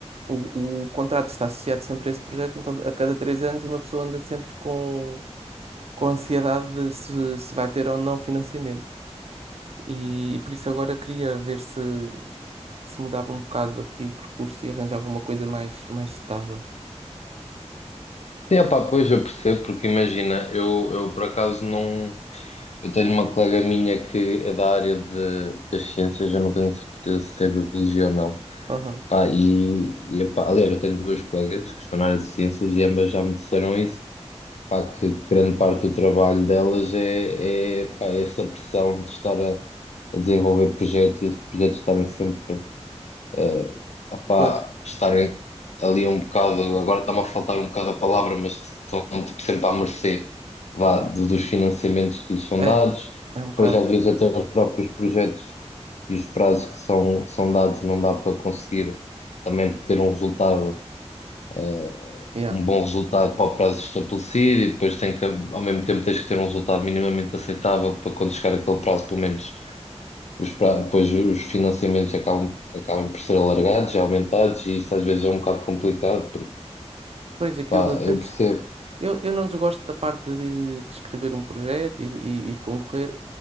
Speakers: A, on the right; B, on the left.
A: o, o contrato está associado sempre a esse projeto, então a cada 3 anos uma pessoa anda sempre com, com ansiedade de se, se vai ter ou não financiamento. E, e por isso agora queria ver se, se mudava um bocado aqui o percurso e arranjava uma coisa mais, mais estável.
B: Sim, opá, pois eu percebo, porque imagina, eu, eu por acaso não. Eu tenho uma colega minha que é da área de, das ciências, eu não tenho certeza se é biologia ou não.
A: Aham,
B: Pá, e, e, epá, aliás, eu tenho duas colegas que estão na área de ciências e ambas já me disseram isso. pá, que grande parte do trabalho delas é, é, pá, é essa pressão de estar a, a desenvolver projetos e esses projetos estarem sempre eh, ah, pá,
A: Pois,
B: estarem ali um bocado, agora está-me a faltar um bocado a palavra, mas estão tipo, sempre à mercê vá, do- dos financiamentos que lhes são
A: é,
B: dados,
A: é um bocado.
B: depois às vezes até os próprios projetos e os prazos que são, são dados não dá para conseguir também ter um resultado eh,
A: Yeah.
B: um bom resultado para o prazo estabelecido e depois tem que, ao mesmo tempo tens que ter um resultado minimamente aceitável para quando chegar aquele prazo, pelo menos os pra- depois os financiamentos acabam, acabam por ser alargados e aumentados e isso às vezes é um bocado complicado porque
A: Pois, aquilo
B: pá,
A: de tens...
B: eu percebo.
A: Eu, eu não desgosto da parte de, de escrever um projeto e, e- e de concorrer,